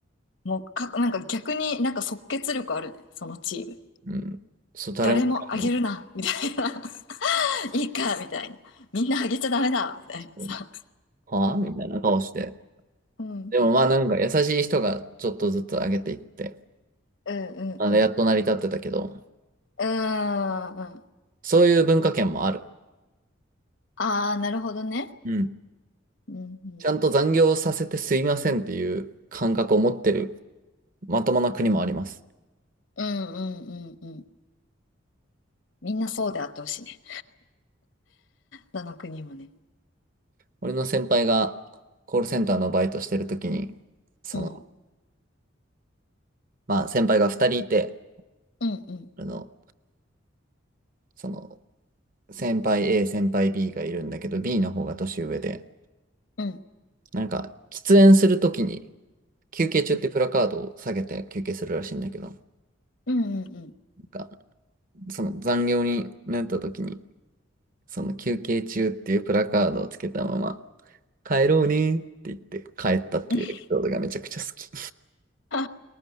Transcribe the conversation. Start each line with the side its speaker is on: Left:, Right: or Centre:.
Left: もうかなんか逆になんか即決力あるねそのチーム
Right: うん。そう、誰も手を挙げない。
Left: 誰もあげるなみたいないいか、みたいな。みんなあげちゃダメだ、みたいなさ。
Right: そうはあみたいな顔して。
Left: うん。
Right: でもまあなんか優しい人がちょっとずつ上げていって、
Left: うんうんうん。
Right: あれやっと成り立ってたけど、
Left: うーん。うん
Right: そういう文化圏もある。
Left: ああ、なるほどね。
Right: うん。
Left: うんう
Right: ちゃんと残業させてすいませんっていう感覚を持ってるまともな国もあります。
Left: ん。うんうんうんうん。みんなそうであってほしいね。どの国もね。
Right: 俺の先輩がコールセンターのバイトしてる時に、その、
Left: うん。
Right: まあ先輩が2人いて、
Left: うんうん
Right: あの、その、先輩 A、先輩 B がいるんだけど、B の方が年上で、
Left: うん。
Right: なんか、喫煙するときに、休憩中ってプラカードを下げて休憩するらしいんだけど、
Left: うん
Right: なん
Left: うんう
Right: かその残業になった時に、その休憩中っていうプラカードをつけたまま、帰ろうねって言って帰ったっていうエピソードがめちゃくちゃ好き。
Left: ん。<laughs> う